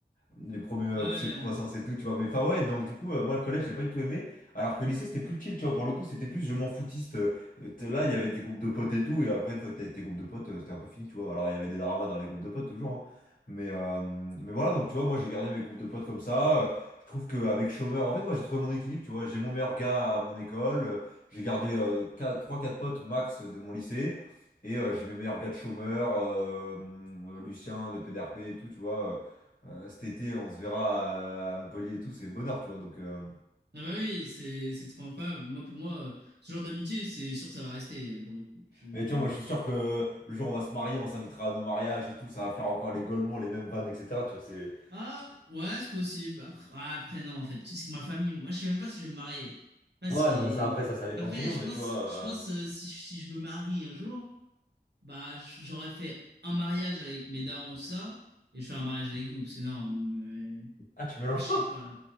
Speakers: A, on the left (about 55°); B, on the right (about 75°).
A: les premiers euh,
B: ouais.
A: poussées de croissance et tout, tu vois. Mais enfin, ouais, donc du coup, euh, moi, le collège, j'ai pas du tout aimé. Alors que le lycée, c'était plus chill, tu vois. Pour le coup, c'était plus je m'en foutiste. euh, t'es là, il y avait des groupes de potes et tout. Et après, une fois que t'avais tes groupes de potes, euh, c'était un peu fini, tu vois. Alors, il y avait des dramas dans les groupes de potes, toujours. hein. Mais, euh, mais voilà, donc tu vois, moi, j'ai gardé mes groupes de potes comme ça. Euh, je trouve qu'avec chômeur, en fait, moi, j'ai trouvé mon équilibre, tu vois. J'ai mon meilleur gars à mon école. euh, J'ai gardé trois quatre potes max de mon lycée. Et euh, j'ai mes meilleurs gars de chômeur, euh, euh, Lucien de PDRP et tout, tu vois. Euh, euh, cet été, on se verra à Montpellier et tout, c'est bonheur, tu vois. Donc, euh,
B: Ah bah oui, c'est c'est trop incroyable. Moi, pour moi, euh, ce genre d'amitié, c'est sûr que ça va rester pour le coup. Je-
A: Mais tu vois, moi, je suis sûr que le jour où on va se marier, on s'invitera à nos mariages et tout, ça va faire encore les Golemons, les mêmes vannes, etc. Tu vois, c'est...
B: Ah ouais, c'est possible. Après, ah, après non, en fait, Le truc, c'est que ma famille, moi, je sais même pas si je vais me marier. Parce
A: Ouais,
B: que
A: non, bah ça, après, ça, ça dépend
B: après,
A: de tout le
B: je
A: monde, mais
B: pense,
A: tu vois... euh,
B: je pense euh, si je- si je me marie un jour, bah j'aurais fait un mariage avec mes darons et tout ça, et je fais un mariage avec vous, parce que non, mais...
A: Ah, tu mélanges
B: après, je
A: pas?
B: sais pas.